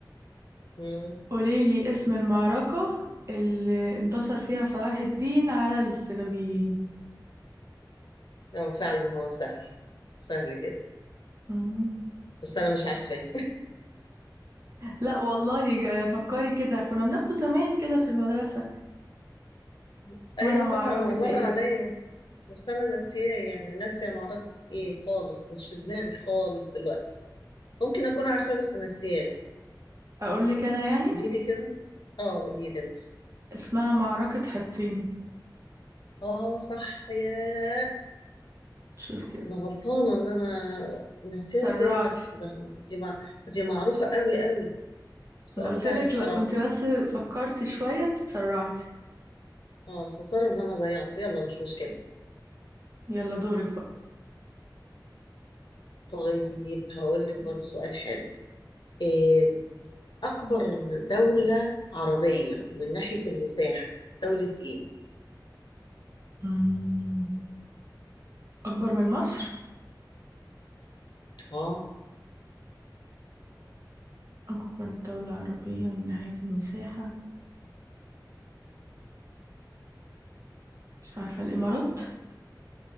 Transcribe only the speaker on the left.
مم.
اه فعلا هو سهل سهل جدا
بس انا مش عارفاه
<laughs>
ايوه
طبعا هو مر
عليا بس انا ناسياه يعني ناسيه معركة ايه خالص مش في دماغي خالص دلوقتي ممكن اكون عارفاه بس ناسياه
قولي لي كده اه قولي لي انت
اه صح ياه
انا غلطانه ان انا ناسيه
ازاي بس ده دي مع... دي معروفه قوي قوي سؤال
سهل بصراحه
اه خساره ان انا ضيعته يلا مش مشكله
طيب هقول لك برضو سؤال حلو إيه اكبر دوله عربيه من ناحيه المساحه دوله ايه
اه